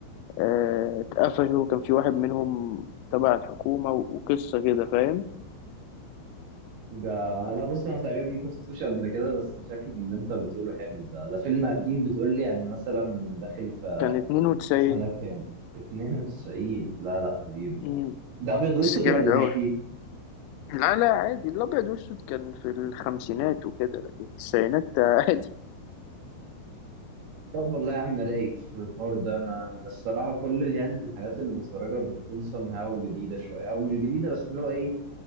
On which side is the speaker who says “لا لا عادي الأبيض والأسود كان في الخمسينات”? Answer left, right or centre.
Left